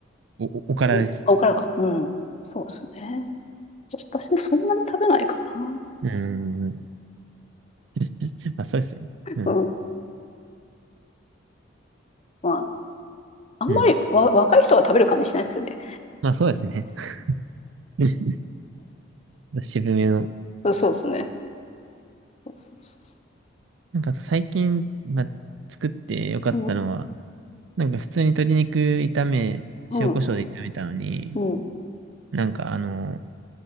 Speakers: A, on the right; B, on the left.
A: お、おおからです。
B: お、あオクラが。うん。そうですね。私もそんなに食べないかな。
A: うん。<laughs> まあそうですね。
B: うん。
A: うん、
B: まあ、あんまりわ、
A: うん。
B: 若い人が食べる感じしないですよね。
A: まあそうですね。<laughs> 渋めの。
B: そうそうですね。そうそうそう
A: なんか最近、まあ、作ってよかったのは、
B: そう。
A: なんか普通に鶏肉炒め、
B: うん、
A: 塩コショウで炒めたのに、
B: うん、うん、
A: なんかあの、